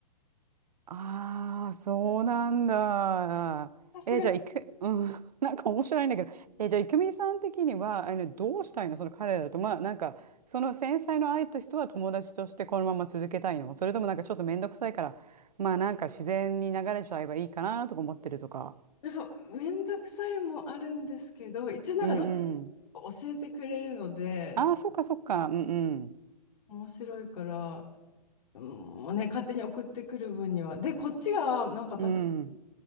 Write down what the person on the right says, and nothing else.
ああ、そうなんだ。
え、じゃあ、いく、うん、<laughs> なんか面白いんだけど、え、じゃあ、いくみさん的には、あの、どうしたいのその彼らと、まあ、なんか、その繊細の愛と人は友達としてこのまま続けたいのそれともなんかちょっと面倒くさいから、まあ、なんか自然に流れちゃえばいいかなとか思ってるとか。
うん
ああ、そっかそっか。うん
うん。